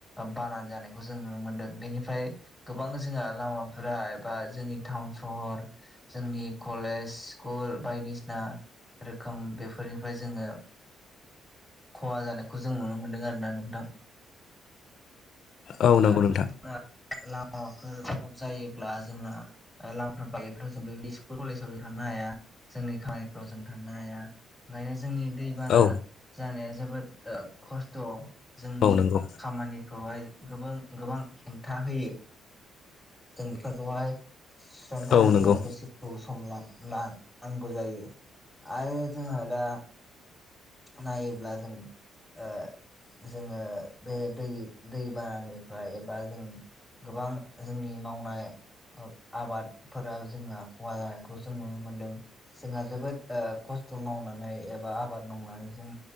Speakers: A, in the centre; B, on the left.
A: बानानै जानायखौ जों नुनो मोन्दों बेनिफ्राय गोबां जोंहा लामाफोरा एबा जोंनि टाउन सहर जोंनि कलेज स्कुल बायदिसिना रोखोम बेफोरनिफ्राय जोङो खहा जानायखौ जों नुनो मोन्दों आरोोना नोंथां <unintelligible>
B: औ नंगौ नोंथां
A: लामाफोर ब्लक जायोब्ला जोंना लामाफ्र बायोफ्राव जों बेदि स्कुल कलेजाव जों थांनो हाया जोंनि खामानिफ्राव जों थांनो हाया ओंखायनो जोंनि दैबाना
B: औ
A: जानाया जोबोद खस्थ' जोंनि
B: औ नंगौ
A: खामानिफ्रावहाय गोबां गोबां हेंथा होयो जों बेफोरखौहाय सथा
B: औ
A: आरोना
B: नंगौ
A: दसि खौ सम लानांगौ जायो आरो जोंहा दा नायोब्ला जों ओ जोङो बे दै दैबानानिफ्राय एबा जों गोबां जोंनि मावनाय आबादफोरा जोंहा खहा जानायखौ जों नुनो मोनदों जोंहा जोबोद खस्थ' मावनानै एबा आबाद मावनानै जों